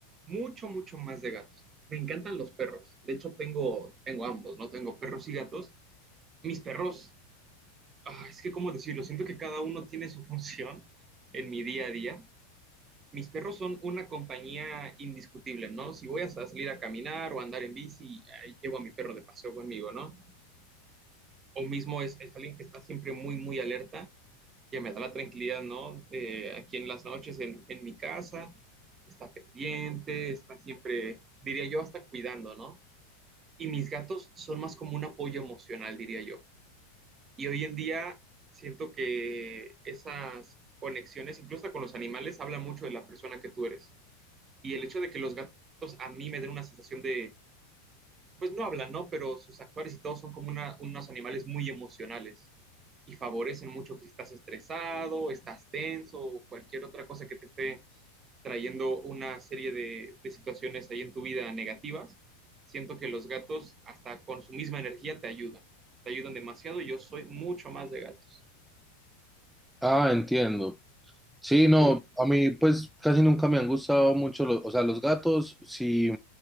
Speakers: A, on the right (about 30°); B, in the centre.
A: Mucho, mucho más de gatos. Me encantan los perros. De hecho, tengo, tengo ambos, ¿no? Tengo perros y gatos. Mis perros, ah, es que, ¿cómo decirlo? Siento que cada uno tiene su <laughs> función en mi día a día. Mis perros son una compañía indiscutible, ¿no? Si voy a salir a caminar o a andar en bici, ahí llevo a mi perro de paseo conmigo, ¿no? o mismo es, es alguien que está siempre muy, muy alerta, que me da la tranquilidad, ¿no? Eh, aquí en las noches, en, en mi casa, está pendiente, está siempre, diría yo, hasta cuidando, ¿no? Y mis gatos son más como un apoyo emocional, diría yo. Y hoy en día siento que esas conexiones, incluso hasta con los animales, hablan mucho de la persona que tú eres. Y el hecho de que los gatos a mí me den una sensación de pues no hablan, ¿no? Pero sus actores y todos son como una- unos animales muy emocionales y favorecen mucho que si estás estresado, estás tenso o cualquier otra cosa que te esté trayendo una serie de, de situaciones ahí en tu vida negativas. Siento que los gatos, hasta con su misma energía, te ayudan. Te ayudan demasiado y yo soy mucho más de gatos.
B: Ah, entiendo. Sí, no,
A: Tú,
B: a mí pues casi nunca me han gustado mucho los, o sea, los gatos sí